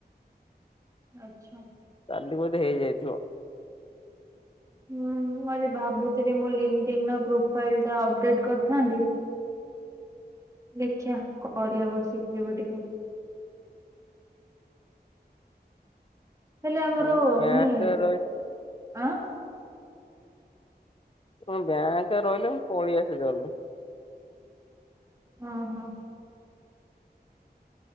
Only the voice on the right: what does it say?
ଆଛା।
ହୁଁ, ମୁଁ ଆଜି ଭାବୁଥିଲି ମୋ ଲିଙ୍କଦିନ୍ ‌ର ପ୍ରୋଫାଇଲ୍‌ଟା ଅପଡେଟ୍ କରିଥାନ୍ତି। ଦେଖିଆ, କରିବା ବସିକି ଏବେ ଟିକେ। ହେଲେ ଆମର
ମାନେ,
ଆଁ
ହଁ ହଁ।